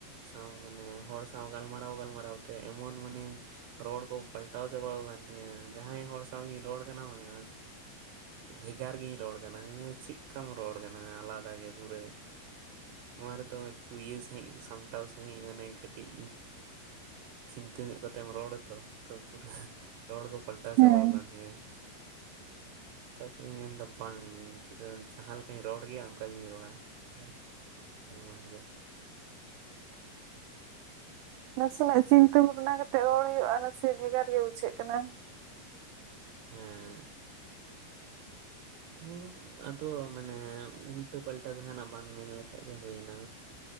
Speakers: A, on the right (about 70°); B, on the right (about 90°).
A: ᱥᱟᱶ ᱢᱟᱱᱮ ᱦᱚᱲ ᱥᱟᱶ ᱜᱟᱞᱢᱟᱨᱟᱣ ᱜᱟᱞᱢᱟᱨᱟᱣ ᱛᱮ ᱮᱢᱚᱱ ᱢᱟᱱᱮ ᱨᱚᱲ ᱠᱚ ᱯᱟᱞᱴᱟᱣ ᱪᱟᱵᱟᱣ ᱠᱟᱱ ᱛᱤᱧᱟ ᱡᱟᱦᱟᱸᱭ ᱦᱚᱲ ᱥᱟᱶ ᱤᱧ ᱨᱚᱲ ᱠᱟᱱᱟ ᱵᱟᱝ ᱵᱷᱮᱜᱟᱨ ᱜᱤᱧ ᱨᱚᱲ ᱠᱟᱱᱟ ᱪᱮᱫᱠᱟᱢ ᱨᱚᱲ ᱠᱟᱱᱟ ᱟᱞᱟᱫᱟ ᱜᱮ ᱯᱩᱨᱟᱹ ᱱᱚᱣᱟ ᱨᱮᱫᱚ ᱮᱠᱴᱩ ᱤᱭᱟᱹ ᱥᱟᱹᱦᱤᱡ ᱥᱟᱢᱴᱟᱣ ᱥᱟᱹᱦᱤᱡ ᱢᱟᱱᱮ ᱠᱟᱹᱴᱤᱡ ᱪᱤᱱᱛᱟᱹ ᱧᱚᱜ ᱠᱟᱛᱮ ᱨᱚᱲ ᱛᱚ ᱯᱩᱨᱟ ᱨᱚᱲ ᱠᱚ ᱯᱟᱞᱴᱟᱣ
B: ᱦᱮᱸ
A: ᱪᱟᱵᱟ ᱠᱟᱱ ᱛᱤᱧᱟ᱾ ᱛᱟᱨᱯᱚᱨᱮᱧ ᱢᱮᱱᱫᱟ ᱵᱟᱝ᱾ ᱡᱟᱦᱟᱸ ᱞᱮᱠᱟᱧ ᱨᱚᱲ ᱜᱮᱭᱟ ᱚᱱᱠᱟ ᱜᱤᱧ ᱨᱚᱲᱟ ᱦᱮᱸ ᱡᱟᱦᱟᱨᱟ ᱜᱮ
B: ᱱᱟᱥᱮᱱᱟᱜ ᱪᱤᱱᱛᱟᱹ ᱵᱽᱟᱵᱽᱱᱟ ᱠᱟᱛᱮ ᱨᱚᱲ ᱦᱩᱭᱩᱜᱼᱟ᱾ ᱱᱟᱥᱮ ᱵᱽᱮᱜᱟᱨ ᱜᱮ ᱵᱩᱡᱽᱟᱹᱜ ᱠᱟᱱᱟ᱾
A: ᱦᱮᱸ ᱦᱮᱸ ᱟᱫᱚ ᱢᱟᱱᱮ ᱩᱞᱴᱟᱹ ᱯᱟᱞᱴᱟ ᱡᱟᱦᱟᱱᱟᱜ ᱵᱟᱝ ᱢᱮᱱ ᱞᱮᱠᱷᱟᱡ ᱜᱮ ᱦᱩᱭᱱᱟ᱾